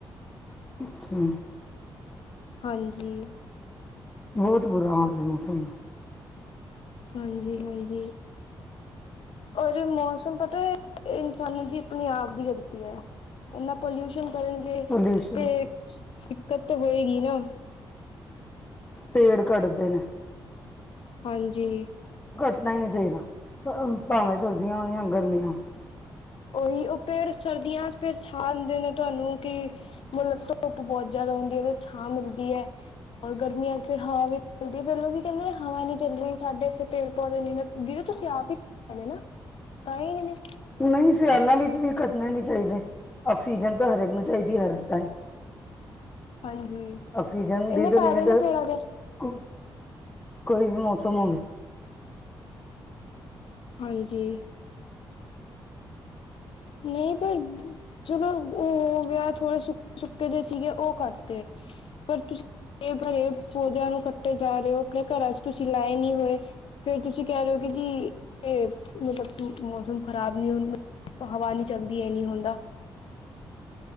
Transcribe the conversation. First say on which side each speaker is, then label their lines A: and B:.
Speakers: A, on the left (about 20°); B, on the left (about 55°).
A: ਅੱਛਾ
B: ਹਾਂਜੀ
A: ਬਹੁਤ ਬੁਰਾ ਹਾਲ ਹੈ ਮੌਸਮ
B: ਹਾਂਜੀ ਹਾਂਜੀ ਔਰ ਮੌਸਮ ਪਤਾ ਹੈ ਇਨਸਾਨਾਂ ਦੀ ਆਪਣੇ ਆਪ ਦੀ ਗ਼ਲਤੀ ਹੈ ਇੰਨਾ ਪੋਲਿਊਸ਼ਨ ਕਰਨਗੇ
A: ਪੋਲਿਊਸ਼ਨ
B: ਤੇ ਦਿੱਕਤ ਹੋਏਗੀ ਨਾ
A: ਪੇੜ ਕੱਟਦੇ ਨੇ
B: ਹਾਂਜੀ
A: ਨਾ ਹੀ ਨਹੀਂੀ ਚਾਹੀਦਾ ਭਾਵੇਂ ਸਰਦੀਆਂ ਹੋ ਗਰਮੀਆਂ
B: ਉਹੀ ਉਹ ਪੇੜ ਸਰਦੀਆਂ ਚ ਪੇੜ ਛਾ ਦਿੰਦੇ ਨੇ ਤੁਹਾਨੂੰ ਕਿ ਮਤਲਬ ਧੁੱਪ ਬਹੁਤ ਆਦਾ ਹੁੰਦੀ ਹੈ ਛਾਂ ਮਿਲਦੀ ਹੈ, ਔਰ ਗਰਮੀਆਂ ਚ ਫਿਰ ਹਵਾ ਵੀ ਚਲਦੀ ਹੈ ਫੇਰ ਲੋਕ ਕਹਿੰਦੇ ਨੇ ਹਵਾ ਨੀ ਚਲਦੀ। ਸਾਡੇ ਇੱਥੇ ਪੇੜ ਪੌਦੇ ਨੇ ਵੀਰੂ ਤੁਸੀਂ ਆਪ ਹੀ ਨੇ ਨਾ ਤਾਂ ਹੀ ਨ ਨੇ
A: ਨਹੀਂ ਸਿਆਲਾਂ ਵਿੱਚ ਵੀ ਕੱਟਣੇ ਨੀ ਚਾਹੀਦੇ ਆਕਸੀਜਨ ਤਾਂ ਹਰੇਕ ਨੂੰ ਚਾਹੀਦੀ ਹਰ ਟਾਈਮ
B: ਹਾਂਜੀ
A: ਆਕਸੀਜਨ
B: ਇੰਨੇ
A: ਦੀ
B: ਫਾਇਦੇ
A: ਨੀਡ
B: ਨੇ ਪੇੜਾਂ ਦੇ
A: ਕੁ ਕਈ ਮੋਸਮ
B: ਹਾਂਜੀ ਨਹੀਂ ਪਰ ਚਲੋ ਉਹ ਹੋ ਗਿਆ ਥੋੜੇ ਸੁੱਕੇ ਸੁੱਕੇ ਜਿ ਸੀਗੇ ਉਹ ਕਰਤੇ ਪਰ ਤੁਸੀਂ ਇਹ ਭਰੇ ਪੌਦਿਆਂ ਨੂੰ ਕੱਟੇ ਜਾ ਰਹੇ ਹੋ ਆਪਣੇ ਘਰਾਂ ਚ ਤੁਸੀਂ ਲਾਏ ਨਹੀਂੀ ਹੋਏ ਫੇਰ ਤੁਸੀਂ ਕਹਿ ਰਹੇ ਹੋ ਜੀ ਇਹ ਮਤਲਬ ਮੌਸਮ ਖ਼ਰਾਬ ਨਹੀਂ ਹਦਾ ਹਵਾ ਨੀ ਚਲਦੀ ਇਹਨੀ ਹੁੰਦਾ